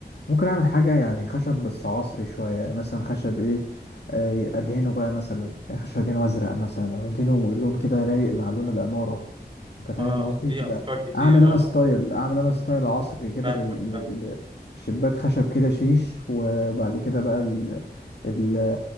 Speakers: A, on the left (about 85°); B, on the right (about 30°).
A: ممكن اعمل حاجه يعني خشب بس عصري شويه يعني مثلا خشب ايه آه، ادهنه بقى مثلا يعني خشب ادهنه ازرق مثلا او ادهنه لون كده رايق مع لون العماره انت فاهم
B: اه
A: قصدي
B: في
A: تبقى
B: افكار كتير
A: اعمل انا
B: اه
A: ستايل اعمل انا ستايل عصري كده
B: فاهمك
A: لل...
B: فاهمك
A: لل- شباك خشب كده شيش وبعد كده بقى ال... ال...